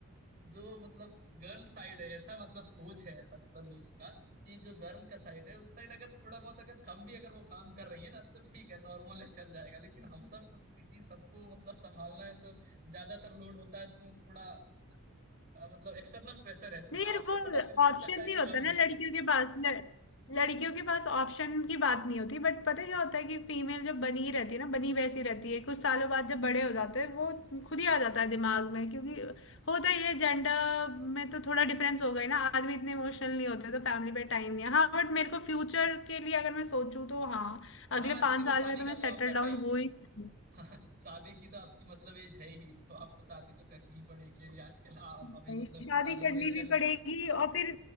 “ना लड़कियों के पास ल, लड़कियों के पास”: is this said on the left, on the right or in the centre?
Left